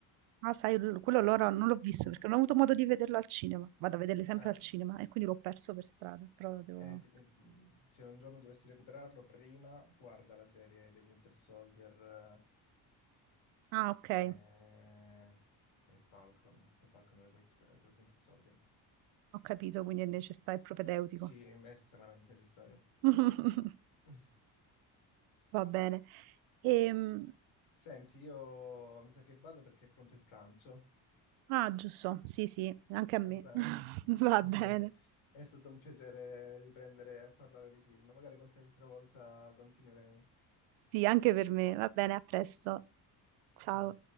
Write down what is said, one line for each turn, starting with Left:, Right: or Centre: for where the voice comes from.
Right: Ah, sai, l- quello allora non l'ho visto perché non ho avuto modo di vederlo al cinema. Vado a vederli sempre
Left: Ah,
Right: al cinema e quindi l'ho perso per strada. Però devo...
Left: Eh, ti- eh, mm, se un giorno dovessi recuperarlo, prima guarda la serie The Winter Soldier
Right: Ah, ok,
Left: eh, e Falcon, The Falcon e The White- eh, Winter Soldier.
Right: ho capito, quindi è necessario, è propedeutico.
Left: Sì, è estremamente necessario.
Right: <laughs>
Left: <laughs>
Right: Va bene. Ehm,
Left: Senti, io mi sa che vado perché è pronto il pranzo,
Right: ah, giusto, sì, sì, anche
Left: va
Right: a me.
Left: bene?
Right: <laughs> Va
Left: <laughs>
Right: bene,
Left: È stato un piacere riprendere a parlare di film, magari qualche altra volta continueremo.
Right: sì, anche per me. Va bene, a presto. Ciao.
Left: Ciao.